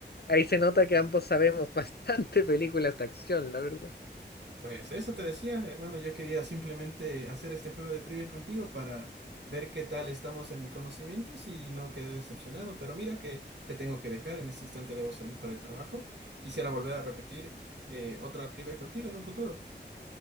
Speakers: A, on the left; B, on the right.
A: ahí se nota que ambos sabemos <laughs> bastante películas de acción, la verdad.
B: Pues eso te decía, hermano, yo quería simplemente hacer este juego de trivia contigo para ver qué tal estamos en conocimientos y no quedé decepcionado, pero mira que te tengo que dejar, en este instante debo salir para el trabajo. Quisiera volver a repetir eh, otra trivia contigo en un futuro.